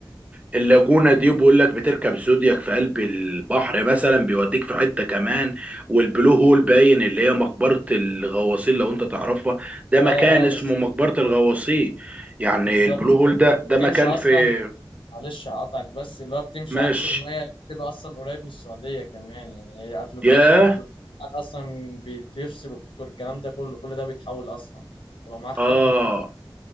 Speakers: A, on the right; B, on the left.
A: باللاجونه دي بيقول لك بتركب زودياك في قلب البحر مثلا بيوديك في حته كمان والبلو هول باين اللي هي مقبره الغواصين لو انت تعرفها ده مكان
B: أه أه
A: اسمه
B: بس
A: مقبره الغواصين يعني
B: بالظبط
A: البلو
B: كده
A: هول ده ده
B: بتمشي
A: مكان
B: أصلا
A: في
B: معلش هقطعك بس اللي هو بتمشي
A: ماشي
B: عكس المية بتبقى أصلا قريب من السعودية كمان يعني هي تليفوناتك
A: ياه
B: بتروح أصلا بيفصل وكل الكلام ده كله كل ده بيتحول أصلا يعني لو معاك خط
A: اه
B: ممكن يتحول